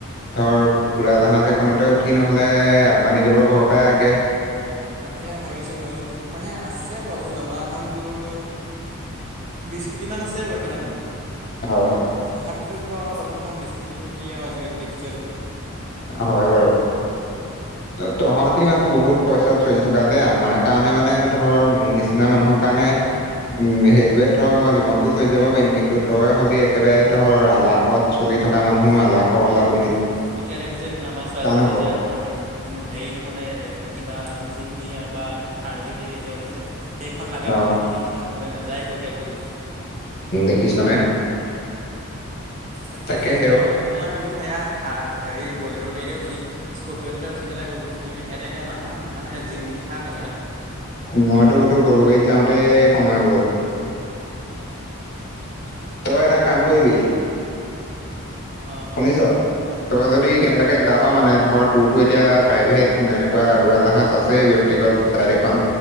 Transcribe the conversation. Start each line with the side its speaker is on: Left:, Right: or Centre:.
Left: ধৰ উৰাজাহাজ এখনতে উঠি নহলে আম্বানীদেৱৰ ঘৰৰ পৰাই আহগে
Right: তাকে ভাবিছো ময়ো মানে আছে বাৰু জমা ধনটোৰ বিস কোটিমান আছে বৰ্তমান
Left: হয় হয়
Right: তথাপিতোতো আৰু কচ নহয় বিস্কুটিনো কি আৰু আজিকালি দেখিছ দেখোন
Left: হয় বাৰু তহতি মানে বহুত পইচা চলি থকা যে আমাৰ কাৰণে মানে ধৰ মোৰ নিচিনা মানুহৰ কাৰণে উম সেইটোৱে ধৰ মই জীৱনতটো চলি যাব পাৰিম কিন্তু তই হ'লি একেবাৰে ধৰ আলাসত চলি থকা মানুহ আলাসৰ লাৰো
Right: হয় এতিয়া দেখিছ দেখোন আমাৰ ছোৱালীহঁতে
Left: হ'ব
Right: এতিয়া ধৰ হেৰি নহ'লে কিবা জিমনি বা এইখন থাৰ নে কি এতিয়া ওলাইছে সেইখন লাগে
Left: অ
Right: বোলে এতিয়া সেইখন নহ'লে নাযায় ক'লকৈ এখোজোঁ
Left: উম দেখিছ নে
Right: আজিকালি
Left: তাকে
Right: ল'ৰা ছোৱালী
Left: সেও
Right: আগতে আমিতো সেয়া হেৰি বলেৰ গাড়ীতে উঠি স্কপিঅতে উঠি পেলাই গলোঁ কিন্তু সিহঁতে এতিয়া নহয় নানে জিমনি থাৰ লাগে সিহঁতক
Left: মইতো তো গৰু গাড়ীত যাওঁতে সময় গ'ল তই এটা কাম কৰিবি
Right: অঁ
Left: শুনিছ তই
Right: শুনিছোঁ
Left: যদি
Right: শুনিছোঁ
Left: কেনেবাকে
Right: ক।
Left: যাওঁ অ মানে ধৰ টোৰটো এতিয়া প্ৰাইভেট এনেকুৱা উৰাজাহাজ আছেই ব্যক্তিগত ফ্লাইট এখন